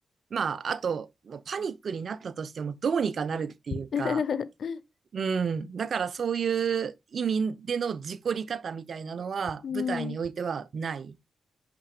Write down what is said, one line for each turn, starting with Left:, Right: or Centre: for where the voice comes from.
Right: まあ、あと、もうパニックになったとしてもどうにかなるっていうか、
Left: <laughs>
Right: うん。だからそういう意味での事故り方みたいなのは、
Left: うん。
Right: 舞台においてはない。